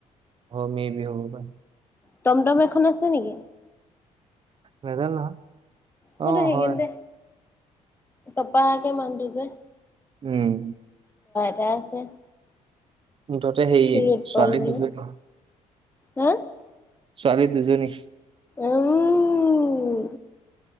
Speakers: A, on the right; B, on the left.
A: অ, মে বি হ'ব পাৰে।
B: টমটম এখন আছে নেকি?
A: নেজানো নহয়।
B: মইটো
A: অ
B: সেইখিনিতে
A: হয়
B: তপাকে মানুহটো যে।
A: উম।
B: এয়া আছে।
A: মুঠতে সেই
B: ক্ষীৰোৎপল
A: ছোৱালী
B: বুলি
A: দুজনী।
B: হা
A: ছোৱালী দুজনী।
B: উম্।